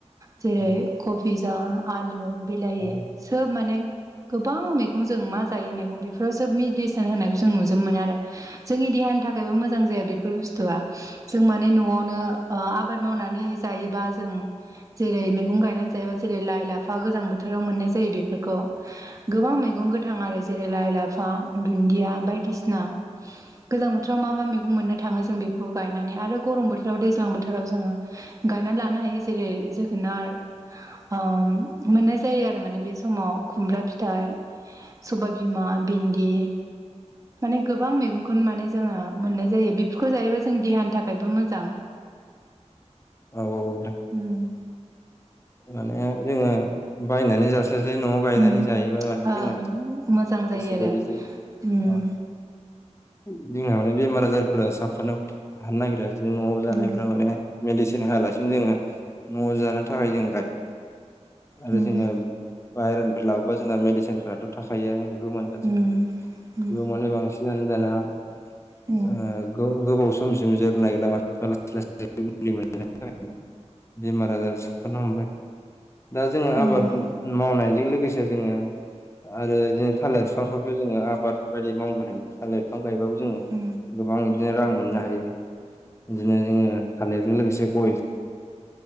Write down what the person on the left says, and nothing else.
औ
औ
औ औ नोंथां
माने जोंङो बायनानै जास इनि साय न'आव गायनानै
जायोबा माने जोंङो
गोसो
बायदि जायो
अ जोंहा माने बेमार आजारफोरा साबसननो हानो नागिरा। बिदिनो न'आव जानायफोरा
माने मेडिसिन होआलासिनो जोंङो न'आव जानो थाखाय जोंङो आरो
जोंङो बाहेरनिफ्राय लाबोबा जोंना मेडिसिन फोरथ' थाखायोआनो बेखौ मोनजाथि
बेयाव मानो बांसिनानो दाना ओ
गोबाव समसिम जोरनाय लामा लासै लासै मुलि मोनजानायनि थाखाय बेमार आजार साबफानो हमबाय। दा जोंङो
आबाद
मावनायजों लोगोसे जोंङो आरो बिदिनो थालिर बिफांफोरखौ जोंङो आबाद बायदि मावनो हायो थालिर बिफां गायबाबो जोंङो
गोबां बिदिनो रां मोननो हायो बिदिनो जोंङो थालिरजों लोगोसे गय